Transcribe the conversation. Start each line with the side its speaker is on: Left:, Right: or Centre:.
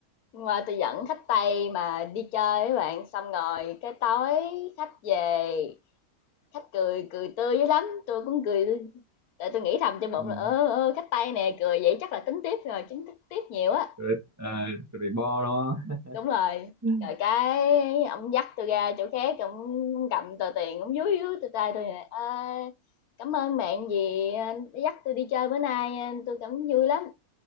Left: hôm qua tui dẫn khách Tây mà đi chơi với bạn, xong rồi cái tối khách về khách cười cười tươi dữ lắm tôi cũng cười tươi tại tôi nghĩ thầm trong bụng
Right: ừ.
Left: là ơ ơ khách Tây nè cười vậy chắc là tính tiếp rồi chính thức tiếp nhiều á
Right: rồi ờ, rồi bo đó
Left: đúng rồi
Right: ừ.
Left: rồi cái ông dắt tôi ra chỗ khác ông cầm tờ tiền ông dúi dúi tôi tay tôi nè "Ơ, cảm ơn bạn vì ờ, đã dắt tôi đi chơi bữa nay ờ, tôi cảm vui lắm